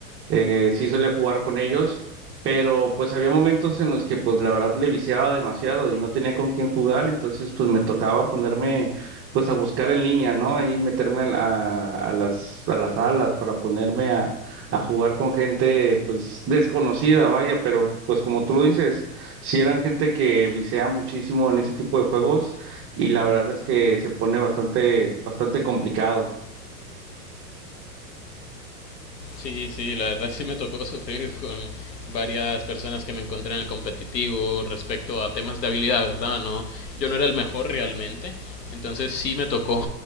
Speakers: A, on the right; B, on the left.
A: eh, sí suele jugar con ellos, pero pues había momentos en los que pues la verdad le viciaba demasiado y no tenía con quién jugar, entonces pues me tocaba ponerme pues a buscar en línea, ¿no? Y meterme al- a, a las, a las salas para ponerme a, a jugar con gente pues desconocida, vaya, pero pues como tú lo dices, si eran gente que viciaba muchísimo en ese tipo de juegos y la verdad es que se pone bastante, bastante complicado.
B: Sí, sí, la verdad sí me tocó sufrir con varias personas que me encontré en el competitivo respecto a temas de habilidad, ¿verdad? No, yo no era el mejor realmente, entonces sí me tocó